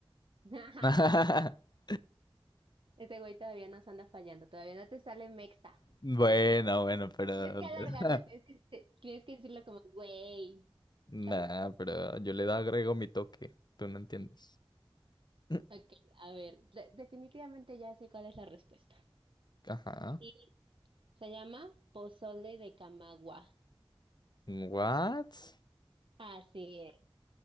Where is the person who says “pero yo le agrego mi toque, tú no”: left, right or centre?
Left